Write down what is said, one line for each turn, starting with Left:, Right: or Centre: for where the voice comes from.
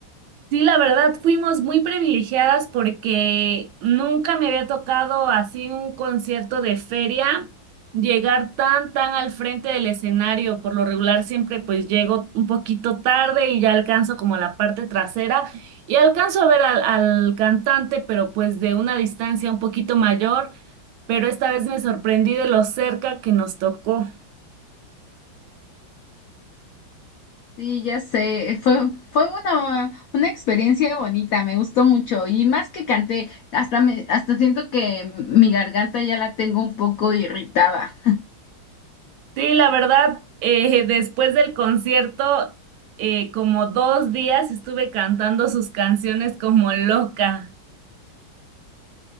Right: Sí, la verdad, fuimos muy privilegiadas porque nunca me había tocado así un concierto de feria, llegar tan, tan al frente del escenario. Por lo regular siempre pues llego un poquito tarde y ya alcanzo como la parte trasera y alcanzo a ver al, al cantante, pero pues de una distancia un poquito mayor, pero esta vez me sorprendí de lo cerca que nos tocó.
Left: Sí, ya sé, eh, fue, fue una, una experiencia bonita, me gustó mucho y más que canté, hasta me, hasta siento que mi garganta ya la tengo un poco irritada.
Right: Sí, la verdad, eh, después del concierto, eh, como dos días estuve cantando sus canciones como loca.